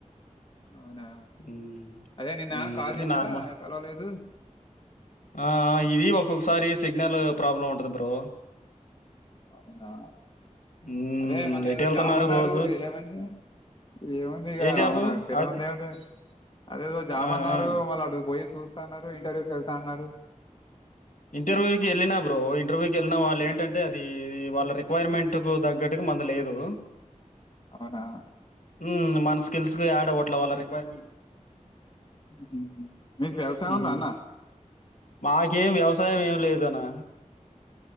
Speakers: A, on the left (about 35°); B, on the left (about 75°).
A: అవునా
B: ఉమ్,
A: అదే నిన్న
B: ఉమ్,
A: కాల్
B: ఇంక
A: చేసా
B: నార్మల్
A: కలవలేదు
B: ఆ ఇది ఒక్కొక్కసారి సిగ్నల్ ప్రాబ్లం ఉంటది బ్రో
A: అవునా
B: హ్మ్.
A: అదే మొన్న
B: ఎటెళ్తున్నారు
A: ఏదో జాబ్ అన్నారు
B: రోజు?
A: ఏమైంది ఏముంది ఇగ
B: ఏ జాబు?
A: మనకు తెలువందేముంది
B: అద్
A: అదేదో జాబ్
B: ఆ!
A: అన్నారు
B: ఆ!
A: వాళ్ళ అడకుపోయి చూస్తాన్నారు ఇంటర్వ్యూకెళ్తాన్నారు
B: ఇంటర్వ్యూ కి వెళ్ళినా బ్రో ఇంటర్వ్యూ కెళ్ళినా వాల్లెంటంటే అది వాళ్ళ రిక్వైర్మెంట్ కు తగ్గట్టుగా మందు లేదు
A: అవునా
B: ఉమ్ మన స్కిల్స్ యాడ్ అవ్వట్ల వాళ్ళ రిక్వైర్
A: మ్మ్. మీకు వ్యవసాయం
B: హ్మ్.
A: ఉందా అన్న
B: మాకేం వ్యవసాయం ఏమి లేదనా